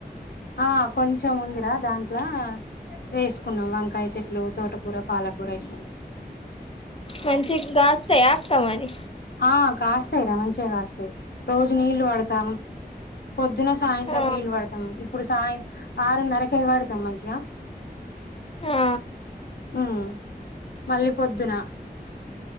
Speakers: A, on the left; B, on the left.
A: ఆ కొంచం ఉందిరా దాన్ ట్లా వేసుకున్నాం. వంకాయ చెట్లు తోటకూర, పాలకూర ఇట్లా
B: మంచింకి గాస్తాయాక్క మరి
A: ఆ కాస్తాయ్ రా మంచిగా కాస్తాయ్ రోజు నీళ్ళలు పడత్ <unintelligible> పొద్దున సాయంత్రం
B: ఆ
A: నీళ్ళు వడతం, ఇప్పుడు సాయం అరున్నారం కి పడుతాం మంచిగా
B: ఆ
A: హ్మ్ మళ్ళీ పొద్దున